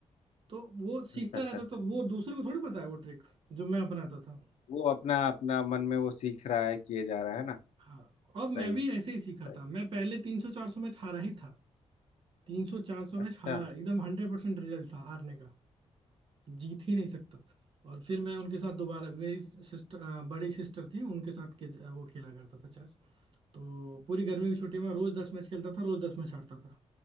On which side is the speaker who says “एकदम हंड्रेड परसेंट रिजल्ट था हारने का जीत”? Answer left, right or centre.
Right